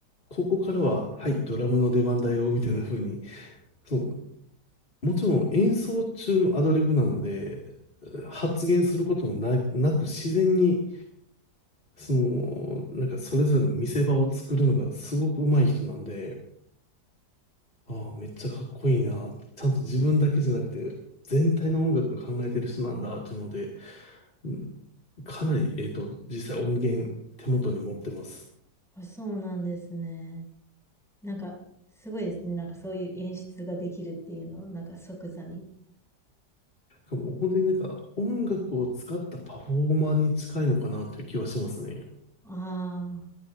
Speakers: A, on the left; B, in the centre.
A: ここからは、はい、ドラムの出番だよ、みたいな風に、そのもちろん演奏中のアドリブなので、発言することもな、なく自然に、その、なんかそれぞれの見せ場を作るのがすごく上手い人なんで、ああ、めっちゃかっこいいな。ちゃんと自分だけじゃなくて、全体の音楽を考えてる人なんだっていうので、うんかなり、えっと、実際音源手元に持ってます。
B: あ、そうなんですね。なんか、すごいですね。なんかそういう演出ができるっていうのは、なんか即座に。
A: もう本当になんか音楽を使ったパフォーマーに近いのかなという気はしますね。
B: あ